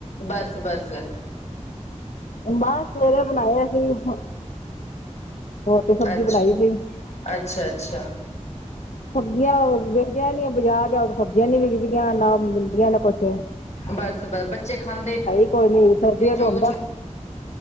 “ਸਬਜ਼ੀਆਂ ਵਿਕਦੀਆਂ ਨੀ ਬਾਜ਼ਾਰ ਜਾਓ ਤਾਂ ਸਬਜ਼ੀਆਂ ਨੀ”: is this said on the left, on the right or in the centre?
Left